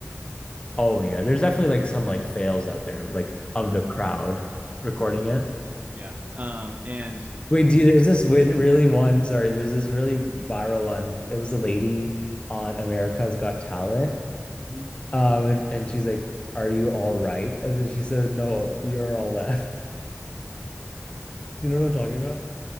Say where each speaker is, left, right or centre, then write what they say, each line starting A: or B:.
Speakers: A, on the left; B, on the right.
A: Oh yeah, there's definitely like some like fails out there, like of the crowd recording it.
B: Yeah. Um, and
A: Wait, do you, there's this win really one, sorry, there's this really viral one. It was a lady on America's Got Talent.
B: Mhm.
A: Um, and, and she's like, Are you all right? And then she says, No, you're all left. <laughs> Do you know what I'm talking about?